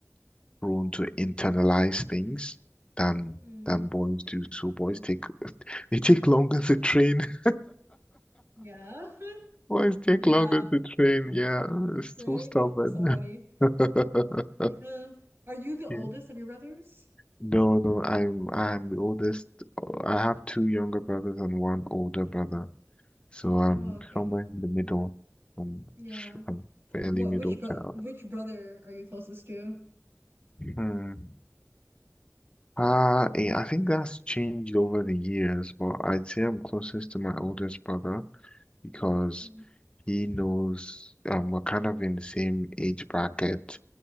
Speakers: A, on the left; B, on the right.
A: prone to internalize things than
B: Hmm.
A: than boys do. So boys take they take longer to train. <laughs>
B: Yeah. <laughs>
A: Boys take
B: Yeah.
A: longer to train. Yeah, it's
B: Rain.
A: so stubborn.
B: So funny.
A: <laughs>
B: Yeah. Are you the oldest
A: Yeah.
B: of your brothers?
A: No, no, I'm I'm the oldest. I have two younger brothers and one older brother. So
B: Oh,
A: I'm
B: okay.
A: somewhere in the middle. I'm,
B: Yeah.
A: I'm
B: What
A: fairly middle
B: which bro
A: child.
B: which brother are you closest to?
A: Hmm. Uh, eh, I think that's changed over the years, but I'd say I'm closest to my oldest brother because
B: Hmm.
A: he knows um, we're kind of in the same age bracket